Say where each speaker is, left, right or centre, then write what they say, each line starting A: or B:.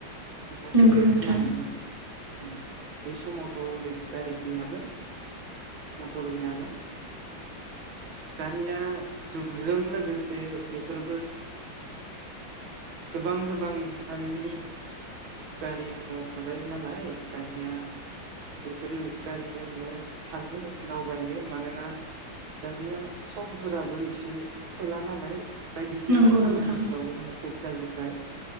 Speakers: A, on the right; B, on the right.
A: थांलाय
B: नंगौ
A: फैलाय
B: नोंथां
A: खालामोमोन। ओम बै समावथ' ओरै गारि गैयामोन मटर गैयामोन। दानिया जुगजों लोगोसे बेफोरबो गोबां गोबां बिफाननि गारि उनु अंखारबाय नालाय दानिया बेफोरो गारिजोंनो थाङो दावबायो मानोना दानिया सम फोराबो एसे थोला नालाय बायदिसिना
B: नंगौ
A: खामानिफोराव
B: नोंथां
A: मुखुब जाजोबबाय